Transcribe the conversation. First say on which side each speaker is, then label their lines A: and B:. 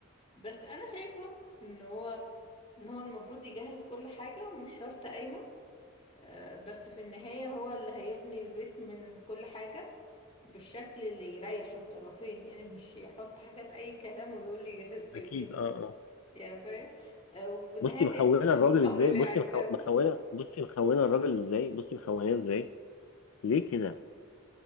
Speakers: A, on the left; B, on the left.
A: بس أنا شايفة إن هو إن هو المفروض يجهز كل حاجة ومش شرط قايمة آه، بس في النهاية هو اللي هيبني البيت من كل حاجة بالشكل اللي يريح الطرفين يعني مش يحط حاجات أي كلام ويقول لي جهزت
B: اكيد
A: البيت
B: اه اه
A: يعني فاهم آه، وفي النهاية
B: بصي مخونه
A: هي تطلب
B: الراجل
A: المهر
B: ازاي
A: اللي
B: بصي
A: هي عايزاه
B: مخو...
A: برضه
B: مخونه بصي مخونه الراجل ازاي بصي مخونه ازاي ليه كده